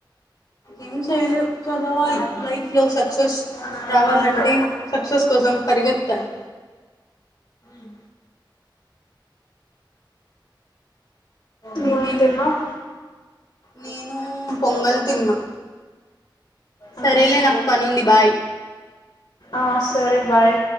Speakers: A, on the left; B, on the left.
A: ఏం చేయలేం చదవాలి లైఫ్ లో సక్సెస్
B: మ్మ్
A: రావాల్నంటే,
B: అంతే
A: సక్సెస్ కోసం పరిగెత్తాలి మ్ మీకి
B: నువ్వేం తిన్నావ్
A: నేనూ పొంగల్ తిన్నా సరేలే
B: అవునా
A: నాకు పనుంది బాయ్
B: ఆ సరే బాయ్